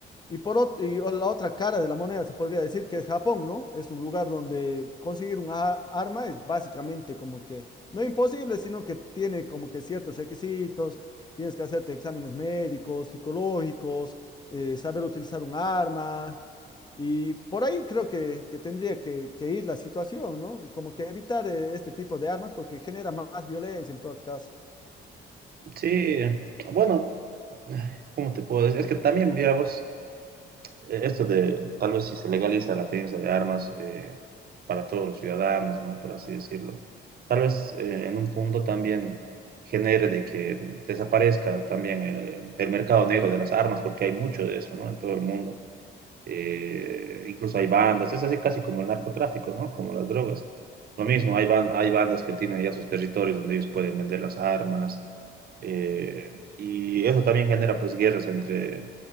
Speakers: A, on the left; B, on the right.
A: Y por ot- y o- la otra cara de la moneda se podría decir que es Japón, ¿no? Es un lugar donde conseguir una arma es básicamente como que no imposible, sino que tiene como que ciertos requisitos, tienes que hacerte exámenes médicos, psicológicos, eh, saber utilizar un arma. Y por ahí creo que, que tendría que, que ir la situación, ¿no? Como que evitar eh, este tipo de armas porque genera más violencia en todo caso.
B: Sí, bueno, ay, ¿cómo te puedo decir? Es que también, mira vos, eh, esto de tal vez si se legaliza la tenencia de armas eh, para todos los ciudadanos, ¿no? Por así decirlo, tal vez eh, en un punto también genere de que desaparezca también eh, el mercado negro de las armas, porque hay mucho de eso, ¿no? En todo el mundo. eh, incluso hay bandas, es así casi como el narcotráfico, ¿no? Como las drogas. Lo mismo, hay, ban- hay bandas que tienen ya sus territorios donde ellos pueden vender las armas, eh, y eso también genera pues guerras entre,